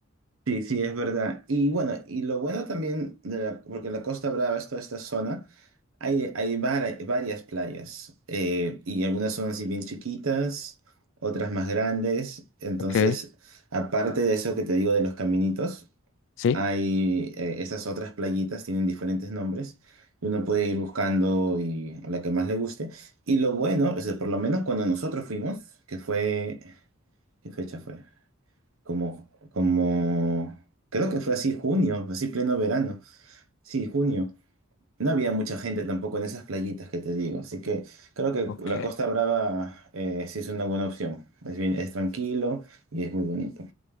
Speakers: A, on the right (about 80°); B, on the left (about 65°).
A: Sí, sí, es verdad. Y bueno, y lo bueno también, de la, porque la Costa Brava es toda esta zona, hay, hay vari- varias playas eh, y algunas son así bien chiquitas, otras más grandes. Entonces,
B: Ok,
A: aparte de eso que te digo de los caminitos,
B: sí,
A: hay eh, estas otras playitas, tienen diferentes nombres. y Uno puede ir buscando y la que más le guste. Y lo bueno, es que por lo menos cuando nosotros fuimos, que fue, ¿qué fecha fue? como, como, creo que fue así junio, así pleno verano, sí, junio. No había mucha gente tampoco en esas playitas que te digo, así que creo que
B: ok,
A: la Costa Brava eh, sí es una buena opción. Es bien, es tranquilo y es muy bonito.